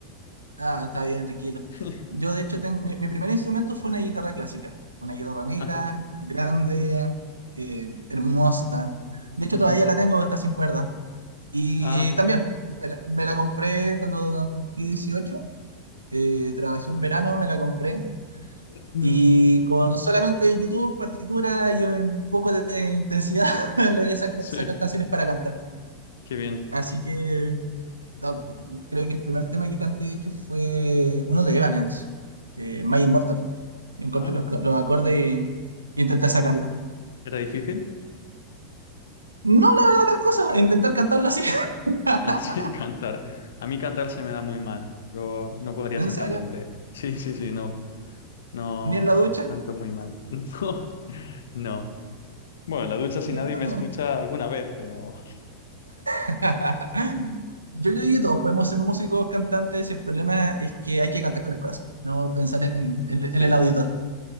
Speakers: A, on the right (about 80°); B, on the left (about 60°).
A: Ah, está bien, tranquilo.
B: <laughs>
A: Yo de hecho tengo, mi, mi primer instrumento fue una guitarra clásica, una guitarra negra,
B: Ah, sí.
A: grande,
B: Mm,
A: eh, hermosa. De hecho
B: ujú.
A: todavía la tengo, está sin cuerda. Y
B: Ah,
A: también me la, me la compré cuando cumplí 18. eh, trabajé un verano, me la compré
B: <clears throat> mm,
A: Y con solamente YouTube, partitura y un poco de intensidad <laughs> logré saca-
B: sí,
A: sacar canciones para cantar.
B: qué bien.
A: Así que no, creo que el primer tema que canté, de hecho, fue uno de Evanescence, eh, My Immortal. Encontré
B: Ah,
A: los, los acordes y intenté sacarla.
B: ¿era difícil?
A: No, la verdad, las cosas, intentar cantarla así. <laughs>
B: Así <laughs> cantar. A mí cantar se me da muy mal. Yo no podría
A: ¿En
B: ser
A: serio?
B: cantante. Sí, sí, sí, no. No,
A: ¿Ni en la ducha?
B: canto muy mal. <laughs> No, no. Bueno, en la ducha si nadie
A: ¡Demonios!
B: me escucha alguna vez, pero <laughs>
A: <laughs> Yo creo que todos podemos ser músicos, cantantes, y el problema es que hay que cantar con el corazón, no pensar en, en-
B: sí,
A: en el auditor.